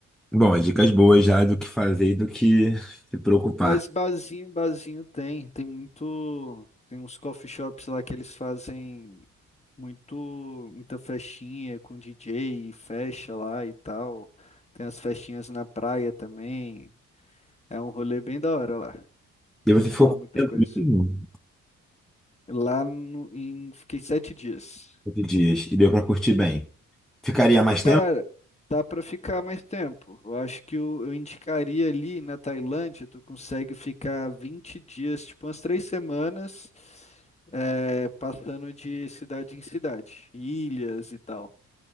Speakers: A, in the centre; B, on the left.
A: Bom, as dicas boas já do que fazer e do que se preocupar.
B: Mas barzinho, barzinho tem, tem muito, tem uns coffee shops lá que eles fazem muito, muita festinha com DJ e fecha lá e tal. Tem as festinhas na praia também. É um rolê bem da hora lá.
A: E você ficou
B: Fala
A: com
B: muita
A: medo
B: coisa.
A: mesmo?
B: Lá no- em. Fiquei sete dias.
A: oito dias. E deu pra curtir bem. Ficaria mais tempo?
B: Cara, dá pra ficar mais tempo. Eu acho que eu, eu indicaria ali na Tailândia, tu consegue ficar 20 dias, tipo umas três semanas, é, passando de cidade em cidade, ilhas e tal.